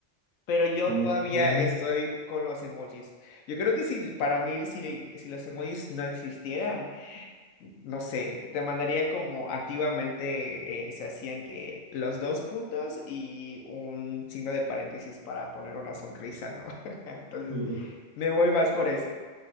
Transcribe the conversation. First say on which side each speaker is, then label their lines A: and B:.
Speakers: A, on the left; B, on the right.
A: Pero yo
B: Mm,
A: todavía
B: oye,
A: estoy con los emojis. Yo creo que si para mí, si, si los emojis no existieran, no sé, te mandaría como antiguamente eh, se hacían que los dos puntos y un signo de paréntesis para poner una sonrisa, ¿no? <laughs> Entonces,
B: mm,
A: me voy más por eso.